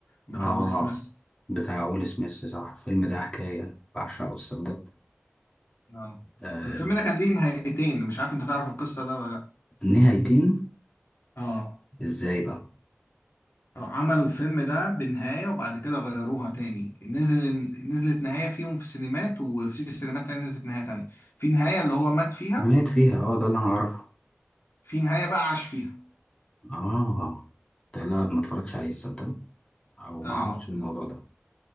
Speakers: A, on the left; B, on the left.
A: بتاع
B: آه
A: ويل سميث
B: بتاع ويل سميث صح الفيلم ده حكاية بعشقه الصدق
A: اه
B: آه
A: الفيلم ده كان ليه نهايتين مش عارف انت تعرف القصة ده ولا لا
B: نهايتين
A: اه
B: إزاي بقى
A: آه، عملوا الفيلم ده بنهاية وبعد كده غيروها تاني نزل نزلت نهاية فيهم في السينمات وفي السينمات تاني نزلت نهاية تانية في نهاية اللي هو مات فيها
B: مات فيها آه ده اللي أنا أعرفه
A: في نهاية بقى عاش فيها
B: آه ده لا ما اتفرجتش عليه الصدق أو ما
A: آه
B: أعرفش الموضوع ده